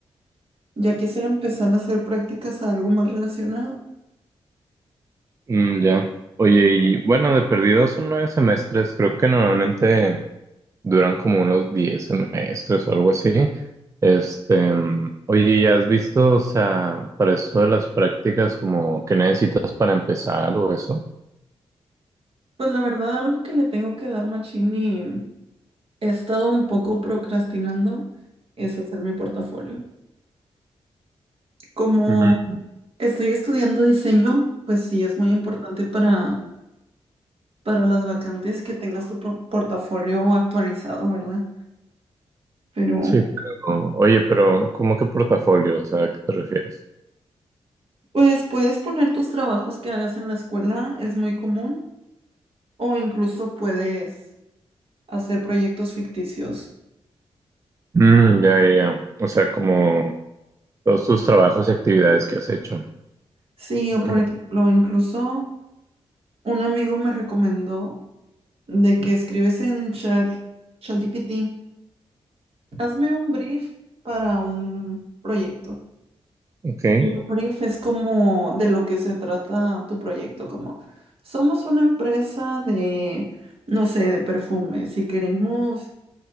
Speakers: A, on the right (about 60°); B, on the right (about 30°).
A: Ya quisiera empezar a hacer prácticas a algo más relacionado.
B: Mm, ya. Oye, y bueno, de perdido son nueve semestres. Creo que normalmente duran como unos diez semestres o algo así. Este, mm, oye, ¿ya has visto, o sea, para esto de las prácticas, como qué necesitas para empezar o eso?
A: Pues la verdad, algo que le tengo que dar machín y he estado un poco procrastinando es hacer mi portafolio. Como
B: Mm,
A: estoy estudiando diseño, pues sí es muy importante para, para las vacantes que tengas tu pro- portafolio actualizado, ¿verdad? Pero
B: Sí, pero, oye, pero ¿cómo que portafolio? O sea, ¿a qué te refieres?
A: pues puedes poner tus trabajos que hagas en la escuela, es muy común, o incluso puedes hacer proyectos ficticios.
B: Mm, ya, ya, ya. O sea, como todos tus trabajos y actividades que has hecho.
A: Sí,
B: Mm,
A: o por ejemplo, incluso un amigo me recomendó de que escribes en chat, ChatGPT, hazme un brief para un proyecto.
B: Ok.
A: Y un brief es como de lo que se trata tu proyecto, como somos una empresa de, no sé, de perfumes y queremos